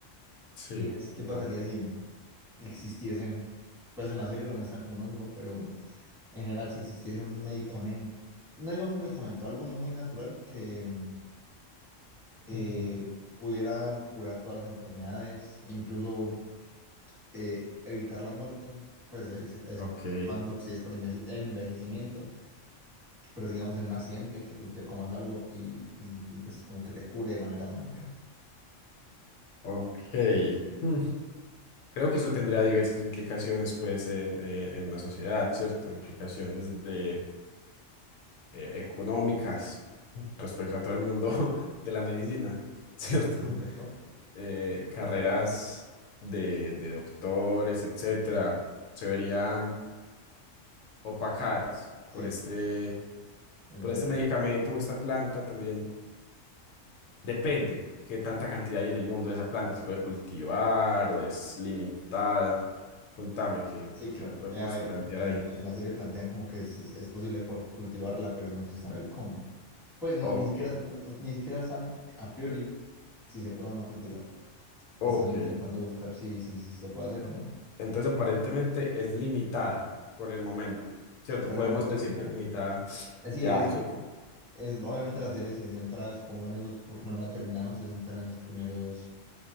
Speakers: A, on the left (about 85°); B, in the centre.
A: Sí,
B: Y es qué
A: contame.
B: pasaría si existiese, pues en la serie lo muestran como un hongo, pero en general si existiese un medicamento, no digamos un medicamento, algo muy natural que... eh,
A: Ujú.
B: pudiera curar todas las enfermedades e incluso eh, evitar la muerte, pues ese- ese
A: Ok,
B: cuando si es por enveje- envejecimiento, pero si, digamos en un accidente que tú te comas algo y, y- y, pues como que te cure de manera mágica.
A: ok. Hmm, Creo que eso tendría diversas implicaciones, pues, en, en, en la sociedad, ¿cierto? Implicaciones de eh, económicas respecto a todo el mundo <laughs> de la medicina, <laughs> ¿cierto?
B: ¿Me infectó?
A: Eh, carreras de, de doctores, etcétera, se verían opacadas
B: Sí,
A: por este,
B: es
A: por
B: verdad.
A: este medicamento o esta planta también. Depende qué tanta cantidad hay en el mundo de esa planta. ¿Se puede cultivar o es limitada? Contame, ¿qué,
B: Sí,
A: qué
B: claro.
A: podemos
B: Eh, a ver,
A: plantear
B: en
A: ahí?
B: la, en la serie plantean como que es, es- es posible cuart- cultivarla, pero no se sabe el cómo. Pues no,
A: Ok,
B: ni siquiera, no- pues, ni siquiera saben a priori si se puede o no cultivar.
A: ok.
B: Están intentando buscar si, si, si se puede hacer o no.
A: Entonces, aparentemente es limitada por el momento, ¿cierto?
B: por
A: Podemos
B: el momento
A: decir
B: limitado.
A: que es limitada.
B: Así
A: Ya,
B: es,
A: eso.
B: como- es obviamente la serie se centra, supongo, en esos, porque no me la he terminado, se centra en esos primeros